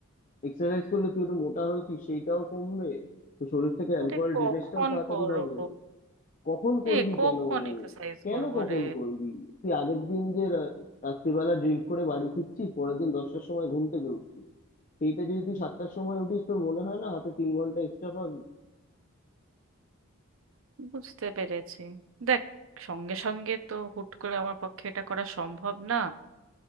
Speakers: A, on the left (about 35°); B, on the right (about 65°).
A: এক্সারসাইজ করলে তুই একটু মোটা হয়েছিস সেইটাও কমবে তো শরীর থেকে অ্যালকোহল
B: আরে
A: ড্রেনেজটাও
B: কখন
A: তাড়াতাড়ি
B: করব
A: হবে কখন করবি
B: এ কখন
A: কেন
B: এক্সারসাইজ
A: কেন
B: করব
A: কখন
B: রে
A: করবি তুই আগের দিন যে রা- রাত্রিবেলা ড্রিঙ্ক করে বাড়ি ফিরছিস পরের দিন দশটার সময় ঘুম থেকে উঠছিস সেইটা যদি তুই সাতটার সময় উঠিস তোর মনে হয় না হাতে তিন ঘন্টা এক্সট্রা পাবি
B: বুঝতে পেরেছি দেখ সঙ্গে সঙ্গে তো হুট করে আমার পক্ষে এটা করা সম্ভব না